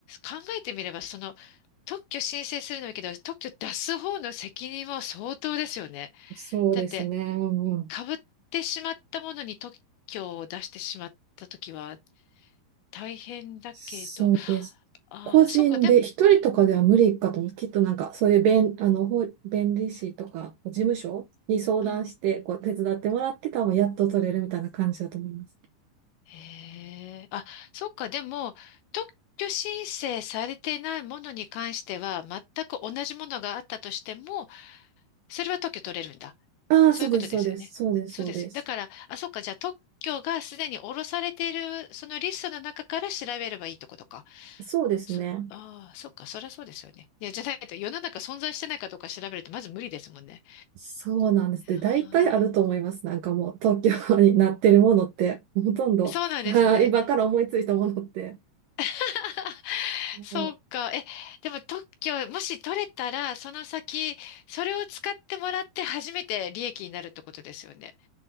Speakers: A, on the left; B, on the right.
A: 考えてみれば、その、特許申請するのもいいけど、特許出す方の責任も相当ですよね。
B: そうですね。
A: だって、
B: うんうん。
A: 被ってしまったものに特許を出してしまったときは大変だけど、
B: そうです。
A: ああ、
B: 個人で、
A: そうか、でも、
B: 一人とかでは無理かと思う。
A: うんうん、
B: きっとなんか、そういう弁、あの、法弁理士とか、事務所に相談して、
A: うん。
B: こう、手伝ってもらって、多分やっと取れるみたいな感じだと思います。
A: へえ、あ、そうか、でも、特許申請されてないものに関しては、全く同じものがあったとしても、それは特許取れるんだ。
B: ああ、
A: そういうことですよね。
B: そうです、そうです、そうです、
A: そうです。
B: そうです。
A: だから、あ、そっか、じゃあ特許がすでに下ろされている、そのリストの中から調べればいいとことか。
B: そうですね。
A: そ、ああ、そっか、そりゃそうですよね。いや、じゃないと世の中存在してないかどうか調べるとまず無理ですもんね。
B: そうなんです。で、
A: ああ、
B: 大体あると思います。なんかもう、東京になってるものって、ほとんど、
A: そうなんですね。
B: <laughs> はい今から思いついたものって。
A: <laughs>
B: そう
A: そうか。え、でも特許、もし取れたら、その先、それを使ってもらって初めて利益になるってことですよね。